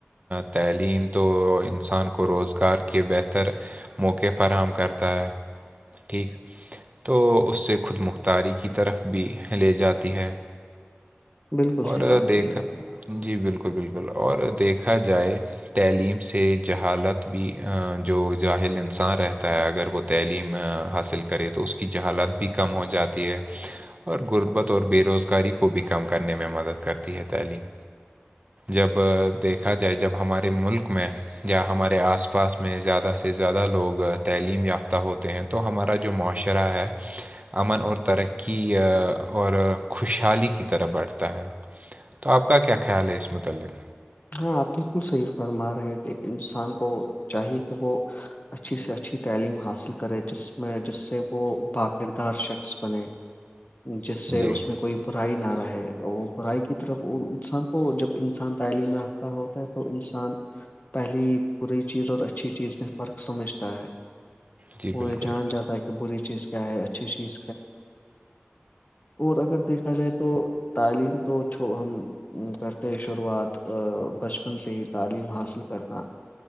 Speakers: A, on the right (about 35°); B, on the left (about 40°).
A: تعلیم تو انسان کو روزگار کے بہتر موقعے فراہم کرتا ہے ٹھیک تو اس سے خود مختاری کی طرف بھی لے جاتی ہے
B: ہے بالکل
A: اور
B: صحیح بات
A: دیکھ
B: بولی آپ نے
A: جی بالکل بالکل اور دیکھا جائے تعلیم سے جہالت بھی جو جاہل انسان رہتا ہے اگر وہ تعلیم حاصل کرے تو اس کی جہالت بھی کم ہو جاتی ہے اور غربت اور بے روزگاری کو بھی کم کرنے میں مدد کرتی ہے تعلیم جب دیکھا جائے جب ہمارے ملک میں یا ہمارے آس پاس میں زیادہ سے زیادہ لوگ تعلیم یافتہ ہوتے ہیں تو ہمارا جو معاشرہ ہے امن اور ترقی اور خوشحالی کی طرح بڑھتا ہے تو آپ کا کیا خیال ہے اس متعلق
B: ہاںپ بالکل صحیح فرما رہے کہ ایک انسان کو چاہیے کہ وہ اچھی سے اچھی تعلیم حاصل کرے جس میں جس سے وہ باقردار شخص بنے جس سے
A: جی
B: اس میں کوئی برائی نہ رہے وہ برائی کی طرف انسان کو جب انسان تعلیم تو انسان پہلے بری چیز اور اچھی چیز میں فرق سمجھتا ہے
A: جی
B: ارے
A: بالکل
B: جان جاتا ہے کہ بری چیز کا ہے اچھی چیز اور اگر دیکھا جائے تو تعلیم تو ہم کرتے ہیں شروعات ا بچپن سے ہی تعلیم حاصل کرنا